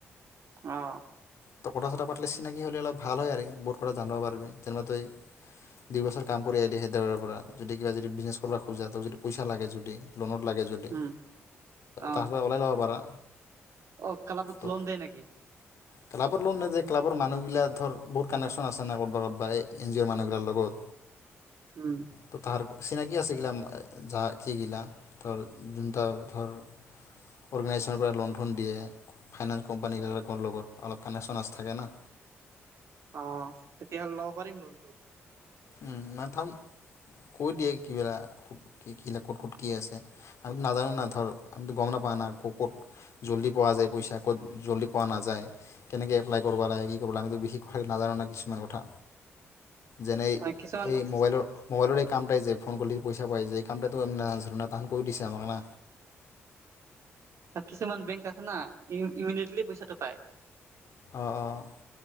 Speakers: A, on the right; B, on the left.
A: আহ।
B: ত' কথা চথা পাতিলে চিনাকি হলে অলপ ভাল হয় আৰু বহুত কথা জানিব পাৰিবি যেনিবা তই দুইবছৰ কাম কৰি আহিলি হেদৰাবাৰৰ পৰা যদি কিবা যদি ব্ৰিজনেছ কৰিব খোজা তাক যদি পইচা লাগে যদি। লোনত লাগে যদি
A: উম, অ',
B: তাৰপা ওলাই ল'ব পাৰা।
A: অ' কালাপত
B: ত'
A: লোন দে নেকি।
B: ক্লাবৰ লোন নেদে ক্লাবৰ মানুহবিলাক ধৰ বহুত কানেকশ্বন আছে নাই ক'ৰবা ক'ৰবাত এই এন জি অ'ৰ মানুহবিলাকৰ লগত।
A: উম,
B: তো তাহাৰ। চিনাকি আছে গিলা যা কিগিলা ধৰ যোনটা ধৰ। অৰ্গেনাইজেছনৰ পৰা লোন ধন দিয়ে ফাইনেন্স কোম্পানীবিলাকৰ লগত অলপ কানেকশ্বন আছ থাকে না।
A: অ' তেতিয়াহ'লে ল'ব পাৰিম লোনটো।
B: উম, মাথম কৈ দিয়ে কিবিলা কি কি লাগিব, ক'ত ক'ত কি আছে আমিতো নাজানো না ধৰ আমিতো গ'ম নাপাওঁ। নাপাওঁ না ক'ত ক'ত। জল্দি পোৱা যায় পইচা, ক'ত জল্দি পোৱা নাযায়, কেনেকে এপ্লাই কৰিব লাগে, কি কৰিব লাগ আমি বিশেষ কথা নাজানো। কাৰণে কিছুমান কথা যেনে।
A: হয়, কিছুমান
B: এই
A: কথা।
B: মোবাইলৰ মোবাইলৰ এই কামটাই যে ফোন কৰিলেদি পইচা পাই যে এই কামটোতো আমি নাজানছিলোঁ না তাহন কৈ দিছে আমাক না
A: অ' কিছুমান বেংক আছে না ইমিডিয়েটলি পইচাটো পায়।
B: অ' অ'